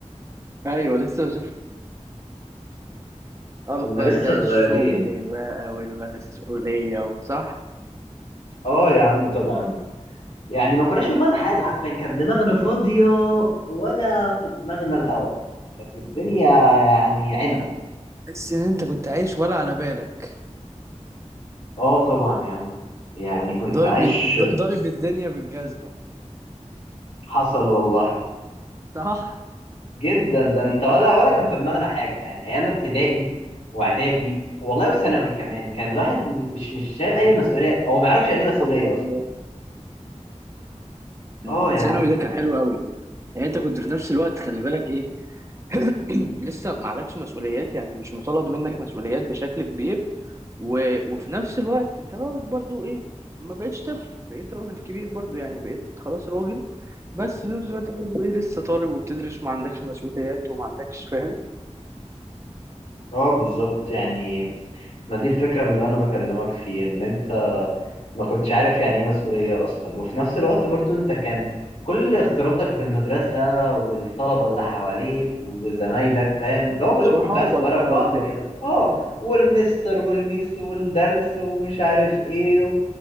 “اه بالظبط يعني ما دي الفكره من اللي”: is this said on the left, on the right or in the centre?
Left